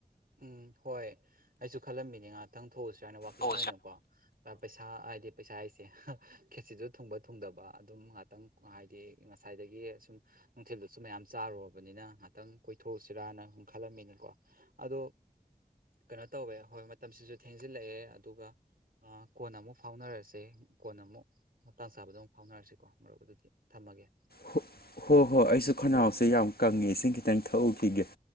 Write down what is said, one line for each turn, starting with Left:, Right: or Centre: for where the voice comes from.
Right: ꯎꯝ ꯍꯣꯏ ꯑꯩꯁꯨ ꯈꯜꯂꯝꯃꯤꯅꯦ ꯉꯥꯛꯇꯪ ꯊꯣꯛꯎ ꯁꯤꯔꯅ ꯋꯥꯛꯀꯤꯡ
Left: ꯍꯣ
Right: ꯑꯣꯏꯅꯀꯣ ꯑꯥ ꯄꯩꯁꯥ ꯍꯥꯏꯗꯤ ꯄꯩꯁꯥ ꯍꯥꯏꯁꯦ ꯍꯥ ꯈꯦꯆꯤꯗꯣ ꯊꯨꯡꯕ ꯊꯨꯡꯗꯕ ꯑꯗꯨꯝ ꯉꯥꯇꯪ ꯍꯥꯏꯗꯤ ꯉꯁꯥꯏꯗꯒꯤ ꯁꯨꯝ ꯅꯨꯡꯊꯤꯜꯗꯁꯨ ꯃꯌꯥꯝ ꯆꯥꯔꯨꯕꯅꯤꯅ ꯉꯥꯇꯪ ꯀꯣꯏꯊꯣꯛꯎꯁꯤꯔꯅ ꯁꯨꯝ ꯈꯜꯂꯝꯃꯤꯅꯤꯀꯣ ꯑꯗꯣ ꯀꯩꯅꯣ ꯇꯧꯋꯦ ꯍꯣꯏ ꯃꯇꯝꯁꯤꯁꯨ ꯊꯦꯡꯖꯤꯜꯂꯛꯑꯦ ꯑꯗꯨꯒ ꯑꯥ ꯀꯣꯟꯅ ꯑꯃꯨꯛ ꯐꯥꯎꯅꯔꯁꯦ ꯀꯣꯟꯅ ꯑꯃꯨꯛ ꯃꯇꯥꯡ ꯆꯥꯕꯗ ꯑꯃꯨꯛ ꯐꯥꯎꯅꯔꯁꯤꯀꯣ ꯃꯔꯨꯞ ꯑꯗꯨꯗꯤ ꯊꯝꯃꯒꯦ
Left: ꯍꯨ ꯍꯣ ꯍꯣꯏ ꯑꯩꯁꯨ ꯈꯅꯥꯎꯁꯦ ꯌꯥꯝ ꯀꯪꯉꯦ ꯏꯁꯤꯡ ꯈꯤꯇꯪ ꯊꯛꯎꯈꯤꯒꯦ